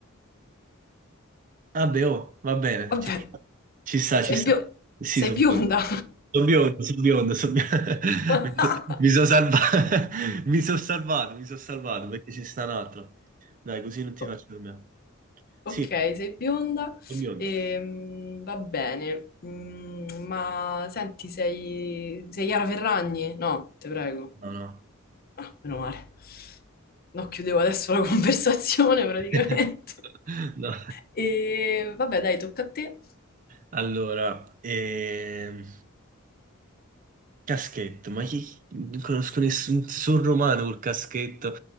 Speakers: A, on the right (about 40°); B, on the left (about 45°).
A: Vabbè, oh, va bene,
B: Vabbè,
A: ci sta. Ci sta,
B: sei
A: ci sta.
B: bio-
A: Sì,
B: sei
A: sono
B: bionda.
A: biondo. Sono biondo, sono biondo, son
B: <laughs>
A: biondo. <laughs> Mi so- mi sono salvato. <laughs> Mi sono salvato, mi sono salvato perché ci sta un altro. Dai, così non ti
B: O-
A: faccio dormire.
B: Ok,
A: Sì,
B: sei bionda,
A: sono biondo.
B: ehm, va bene, Mm, ma senti, sei, sei Chiara Ferragni? No, ti prego.
A: No, no.
B: Ah, meno male. No, chiudevo adesso la <laughs> conversazione praticamente.
A: <laughs> No.
B: E vabbè, dai, tocca a te.
A: Allora, ehm, Caschetto, ma chi... non conosco nessun, nessun romano col Caschetto,